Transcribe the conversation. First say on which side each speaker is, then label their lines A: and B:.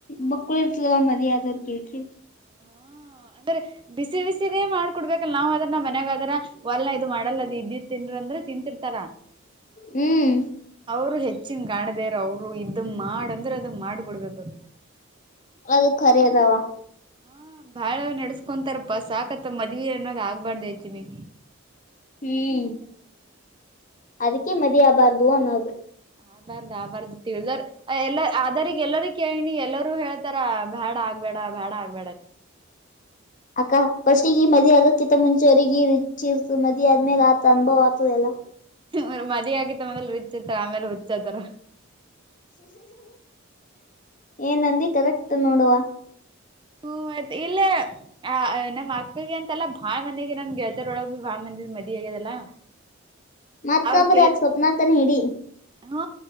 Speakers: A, on the left (about 40°); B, on the right (about 25°).
A: ಬುಕ್ <unintelligible> ಮದಾದಕಕ್ಕೀ.
B: ಹಾ ಅಂದ್ರೆ ಬಿಸಿ ಬಿಸಿದೇ ಮಾಡ್ಕೊಡ್ಬೇಕಲ್ಲ ನಾವ್ ಅದ್ರ ನ ಮನ್ಯಾಗ ಅದ್ರ ಒಲ್ ಇದು ಮಾಡ್. ಮಾಡಲ್ಲ ಇದ ತಿನ್ ಅಂದ್ರೆ ತಿಂತರ್ತಾರ
A: ಹ್ಮ್
B: ಅವರು ಹೆ. ಹೆಚ್ಚಿನ್ ಕಾಣಿದೆರ ಅವ್ರು ಇದ್ ಮಾಡ್ ಅಂದ್ರೆ ಅದ ಮಾಡ್ಕ ಕೊಡ್ಬೇಕ ಅವ್ರಿಗೆ.
A: ಅದು ಖರದಾವ.
B: ಹ್ಮ ಬಾಳ ನಡೆಸ್ಕೊಂತಾರಪ್ಪ ಸಾಕತ್ತ ಮದ್ವಿ ಅನ್ನೋದ್ ಆಗ್ಬಾರ್ದ ಹೆಚ್ಚಿನಿ.
A: ಹ್ಮ್ ಅದಕ್ಕೆೇ ಮದಬಾರದು ಅನ್ನದು.
B: ಆಗ್ಬಾರ್ದ ಆಗ್ಬಾರ್ದ ತಿಳ್ದರ್ ಎಲ್ಲ ಆದರಿಗ್ ಎಲ್ಲರಿ ಕೇಳನಿ ಎಲ್ಲರೂ ಹೇಳ್ತಾರ ಬ್ಯಾಡ ಆ. ಆಗ್ಬೇಡ ಬೇಡ ಆಗ್ಬೇಡ.
A: ಅಕ್ಕ ಫಸ್ಟ್ ಈ ಮದಿ ಆಗ. ಮುಂಚೆರಿರಿಗೆ ಇಚಿರ್ತ ಮದ ಆದ ಮೇ ಆತ ಅನುಭವ ಆತದೆ ಎಲ್ಲ.
B: ಅವ ಮದಿ ಆಗತ್ತ ಮದಲು ರುಚ್ ಹತ್ತರ ಆಮೇಲೆ ಹುಚ್ ಹತ್ತರ.
A: ಏನಂದಿ ಕರೆಕ್ಟ್ ನೋಡುವ.
B: ಹ್ಮ ಇಲ್ಲ. ಆ ನಮ್ಮ್ ಅಕ್ಕಗೆ ಅಂತಲ್ಲಾ ಭಾಳ ಮಂದಿಗೆ ನಮ್ ಗೆಳತರ್ ಒಳಗ್ ಭಾಳ ಮಂದಿ ಮದಿ ಆಗ್ಯದಲ್ಲ.
A: ಮತ್ತೊಬ್ರ
B: ಅವ್ರ ಕೆ
A: ಯಾಕ ಸ್ವಪ್ನಾಕನ್ ಹಿಡಿ
B: ಹ್ಮ